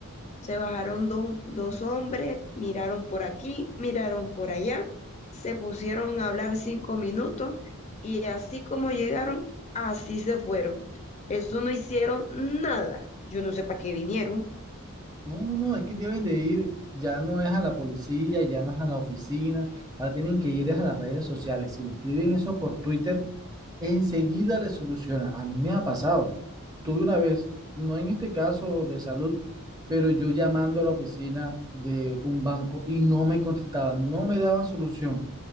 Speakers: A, on the left (about 30°); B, on the right (about 15°).
A: se bajaron dos, dos hombres, miraron por aquí, miraron por allá, se pusieron a hablar cinco minutos y así como llegaron, así se fueron. Eso no hicieron nada. Yo no sé para qué vinieron.
B: No, no, no, es que deben de ir, ya no es a la policía, ya no es a la oficina, ahora tienen que ir es a las redes sociales. Si le escriben eso por Twitter, enseguida le soluciona. A mí me ha pasado. Tuve una vez, no en este caso de salud, pero yo llamando a la oficina de un banco y no me contestaban, no me daban solución.